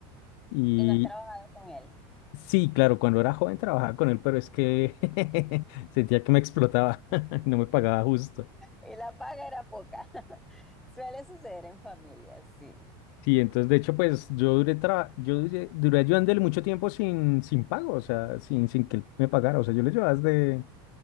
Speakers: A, on the left (about 55°); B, in the centre.
A: Y
B: y no has trabajado con él.
A: sí, claro, cuando era joven trabajaba con él, pero es que <laughs> sentía que me explotaba, <laughs> no me pagaba justo.
B: Y la paga era poca. <laughs> Suele suceder en familias, sí.
A: Sí, entonces de hecho, pues yo duré, traba- yo duré, duré ayudándole mucho tiempo sin, sin pago, o sea, sin, sin que él me pagara. O sea, yo le ayudaba desde,